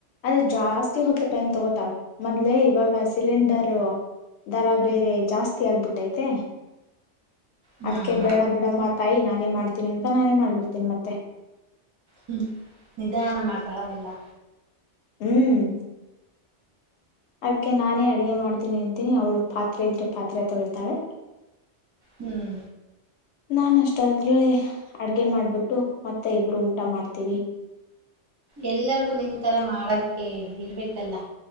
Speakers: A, on the left (about 70°); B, on the right (about 30°).
A: ಆದರೆ ಜಾಸ್ತಿ ಹೊತ್ತು ಟೈಮ್ ತಗೋತಳೇ ಮೊದ್ಲೆೇ ಇವಾಗ ಸಿಲಿಂಡರು ದರ ಬೇರೆ ಜಾಸ್ತಿ ಆಗ್ಬಿಟ್ಟೈತೆ
B: ಹ್ಮ್
A: ಅದ್ಕ ಬೇಡ ಬಿಡ ಮಾತಾಯಿ ನಾನೇ ಮಾಡ್ತೀನಿ ಅಂತ ನಾನೇ ಮಾಡ್ಬಿಡ್ತೇನಿ ಮತ್ತೆ
B: ಹ್ಮ್ ನಿಧಾನ ಮಾಡ್ತಾಳ ಎಲ್ಲಾ
A: ಹ್ಮ್ ಅದಕ್ಕೆ ನಾನೇ ಅಡಗೆ ಮಾಡ್ತೀನಿ ಅಂತೀನಿ ಅವ್ಳು ಪಾತ್ರೆ ಇದ್ರೆ ಪಾತ್ರೆ ತೊಳಿತಾಳೆ
B: ಹ್ಮ್
A: <inaudible> ನಾನ್ ಅಷ್ಟದಾದ ಹೇಳಿ ಅಡ್ಗೆ ಮಾಡ್ಬಿಟ್ಟು ಮತ್ತೆ ಇಬ್ರು ಊಟ ಮಾಡ್ತೀವಿ
B: ಎಲ್ಲರಿಗು ನಿನ್ಂತರ ಮಾಡಕ ಇರ್ಬೇಕಲ್ಲ